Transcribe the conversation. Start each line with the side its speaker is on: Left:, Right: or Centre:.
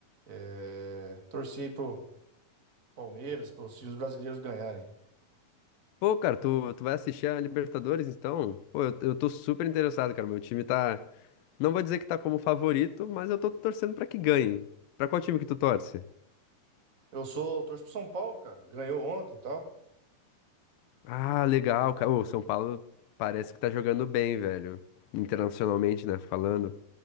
Right: É... Torcer pro Palmeiras, para os times brasileiros ganharem.
Left: Pô, cara, tu, tu vai assistir a Libertadores, então? Pô, eu, eu tô super interessado, cara, meu time tá... Não vou dizer que tá como favorito, mas eu tô torcendo pra que ganhe. Pra qual time que tu torce?
Right: Eu sou, torço pro São Paulo, cara. Ganhou ontem e tal.
Left: Ah, legal, cara. O São Paulo parece que tá jogando bem, velho. Internacionalmente, né, falando.